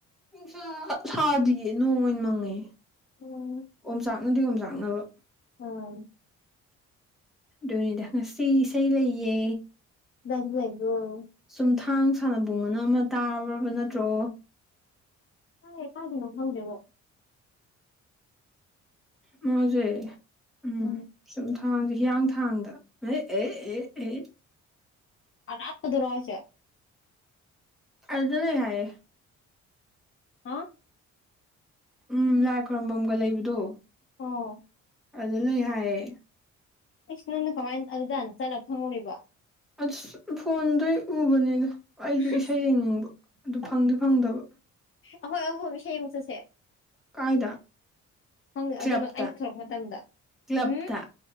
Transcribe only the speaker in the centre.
ꯅꯨꯡꯁꯥ ꯁꯥꯗꯤꯌꯦ ꯅꯣꯡ ꯑꯣꯏꯅ ꯃꯪꯉꯦ꯫
ꯑꯣꯝꯆꯥꯛꯅꯗꯤ ꯑꯣꯝꯆꯥꯛꯅꯕ
ꯑꯗꯨꯅꯤꯗ ꯉꯁꯤ ꯏꯁꯩ ꯂꯩꯌꯦ꯫
ꯆꯨꯝꯊꯥꯡ ꯁꯥꯟꯅꯕꯨꯡꯑꯅ ꯑꯃ ꯇꯥꯕ꯭ꯔꯕ ꯅꯠꯇ꯭ꯔꯣ?
ꯃꯖꯦ ꯎꯨꯝ
ꯆꯨꯝꯊꯥꯡꯖꯦ ꯍꯤꯌꯥꯡꯊꯥꯡꯗ ꯑꯦ ꯑꯦ ꯑꯦ ꯑꯦ
ꯑꯗꯨꯗ ꯂꯩ ꯍꯥꯏꯌꯦ꯫
ꯎꯨꯝ ꯂꯥꯏ ꯈꯣꯏꯔꯨꯝꯕꯝꯒ ꯂꯩꯕꯗꯣ
ꯑꯗꯨ ꯂꯩ ꯍꯥꯏꯌꯦ
ꯑꯁ ꯐꯣꯟꯗꯩ ꯎꯕꯅꯤꯗ ꯑꯩꯖꯨ
ꯏꯁꯩ ꯌꯦꯡꯅꯤꯡꯕ ꯑꯗꯨ ꯐꯪꯗꯤ ꯐꯪꯗꯕ꯫
ꯀꯥꯏꯗ?
ꯀ꯭ꯂꯕꯇ
ꯀ꯭ꯂꯕꯇ